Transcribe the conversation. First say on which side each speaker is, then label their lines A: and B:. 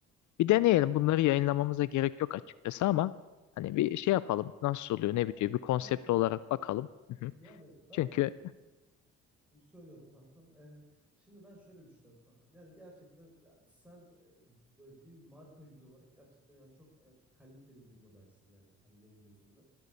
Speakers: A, on the left; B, in the centre.
A: Bir
B: hı
A: deneyelim
B: hı.
A: bunları yayınlamamıza gerek yok açıkçası ama hani bir şey yapalım nasıl oluyor ne
B: Ya
A: bitiyor bir konsept
B: tabii tabii.
A: olarak bakalım. Hı hı.
B: Yani ben
A: Çünkü
B: e, Söylüyorum kankam. Ee, şimdi ben şöyle düşünüyorum kankam. Yani gerçekten yani sen e, böyle bir marka yüzü olarak gerçekten yani çok e, kaliteli bir modelsin yani hani benim gözümde.